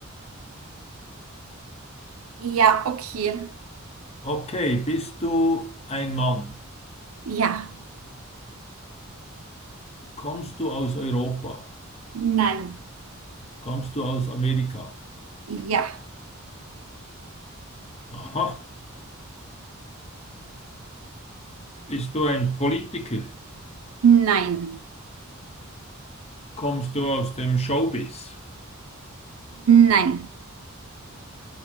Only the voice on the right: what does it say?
ja, okay.
Ja,
nein,
ja,
nein,
nein,